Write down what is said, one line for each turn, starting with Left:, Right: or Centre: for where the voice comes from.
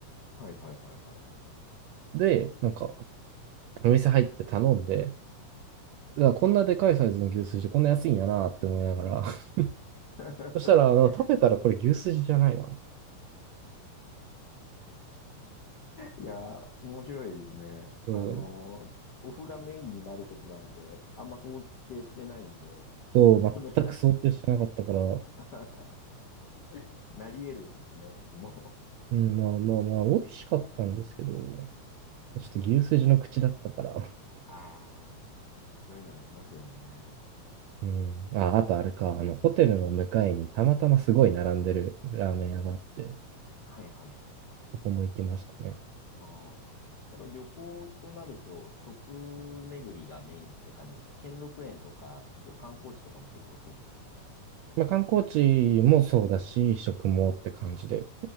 Left: はいはいはいはい。
Right: で、なんか、お店入って頼んで、うわこんなでかいサイズの牛すじ、こんな安いんやなって思いながら、<laughs>
Left: <laughs>
Right: そしたら、あの食べたらこれ牛すじじゃないな。
Left: いや、面白いですね。
Right: うん、
Left: あの、オフがメインになることなんて、あんま想定してないんで、
Right: そう、
Left: 多分
Right: 全く想定してなかったから、う
Left: <laughs> なり得るんですね、オフも。
Right: ん、まあまあまあ、美味しかったんですけど、ちょっと牛すじの口だったから、
Left: ああ、そういうのありますよね。
Right: うん。あ、あとあれか、あの、ホテルの向かいにたまたますごい並んでるラーメン屋があって、
Left: はいはい。
Right: そこも行きましたね。
Left: あーやっぱ旅行となると、食巡りがメインって感じですか兼六園とか、そういう観光地とかも結構行くんですか
Right: まあ、観光地もそうだし、食もって感じで、